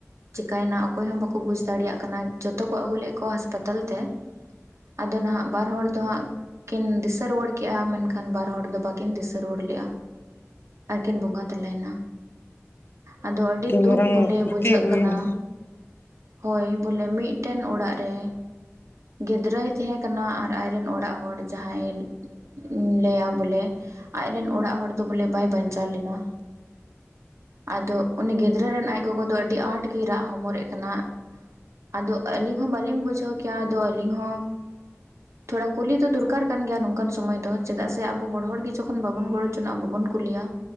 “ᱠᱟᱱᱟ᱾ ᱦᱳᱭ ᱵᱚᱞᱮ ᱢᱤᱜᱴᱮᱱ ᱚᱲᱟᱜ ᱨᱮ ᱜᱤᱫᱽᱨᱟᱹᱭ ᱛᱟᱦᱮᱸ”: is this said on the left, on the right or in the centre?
Right